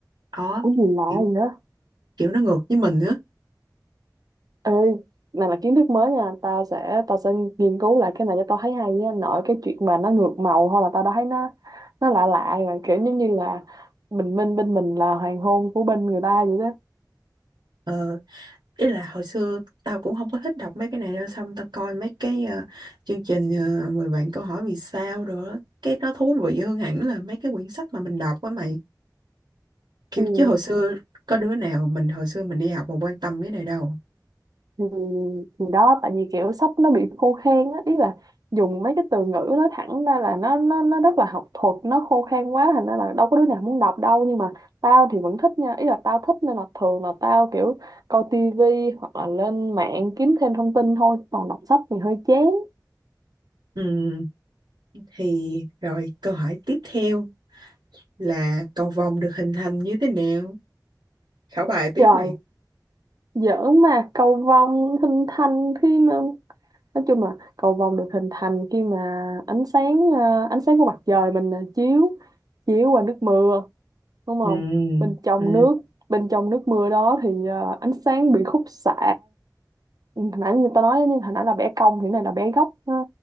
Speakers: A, on the right; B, on the right.
A: đó
B: có gì lạ
A: kiểu
B: vậy
A: kiểu nó ngược với mình nữa
B: Ê, này là kiến thức mới nha tao sẽ tao sẽ nghiên cứu lại cái này cho tao thấy hay nha nội cái chuyện mà nó ngược màu thôi là tao đã thấy nó nó lạ lạ rồi kiểu giống như là bình minh bên mình là hoàng hôn của bên người ta vậy đó
A: ờ, ý là hồi xưa tao cũng không có thích đọc mấy cái này đâu xong tao coi mấy cái ờ, chương trình uh, 10 vạn câu hỏi vì sao rồi đó cái nó thú vị hơn hẳn là mấy cái quyển sách mà mình đọc á mày kiểu
B: ừ
A: chứ hồi xưa có đứa nào mình hồi xưa mình đi học mà quan tâm cái này đâu
B: thì, thì đó tại vì kiểu sách nó bị khô khan á ý là dùng mấy cái từ ngữ nó thẳng ra là nó nó nó rất là học thuật nó khô khan quá thành ra là đâu có đứa nào muốn đọc đâu nhưng mà tao thì vẫn thích nha ý là tao thích nên là thường là tao kiểu coi tivi hoặc là lên mạng kiếm thêm thông tin thôi còn đọc sách thì hơi chán
A: ừ Thì rồi câu hỏi tiếp theo là cầu vồng được hình thành như thế nào? Khảo bài tiếp
B: trời
A: nè.
B: giỡn mà cầu vồng hình thành khi mà nói chung là cầu vồng được hình thành khi mà ánh sáng ờ, ánh sáng của mặt trời mình ờ, chiếu chiếu qua nước mưa đúng không
A: Ừ,
B: bên trong
A: ừ.
B: nước bên trong nước mưa đó thì ờ, ánh sáng bị khúc xạ Ừ, hồi nãy người ta nói nhưng hồi nãy là bẻ cong thì cái này là bẻ góc ha.